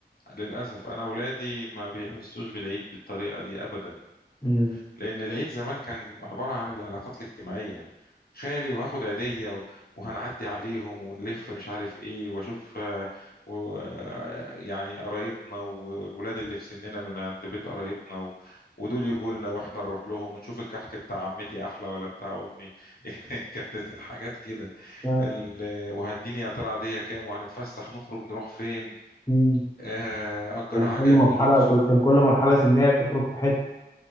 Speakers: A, on the left (about 60°); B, on the left (about 20°).
A: للاسف انا اولادي ما بيحسوش بالعيد بالطريقه دي ابدا
B: امم
A: لأن العيد زمان كان عبارة عن العلاقات الاجتماعية خالي وهاخد عيدية و- وهنعدي عليهم ونلف مش عارف ايه واشوف آه، و آه، يعني قرايبنا والولاد اللي في سننا من عند بيت قرايبنا و... ودول يجوا لنا واحنا نروح لهم ونشوف الكحك بتاع عمتي احلى ولا بتاع امي <laughs> كانت الحاجات كده
B: آه.
A: ال... وهديني يا ترى عاديه كام وهنتفسح نخرج نروح فين
B: مم.
A: آه، اجر
B: كان
A: عجل
B: كل مرحله
A: نجيب سب
B: كل- كان كل مرحله سنيه بتخرج في حته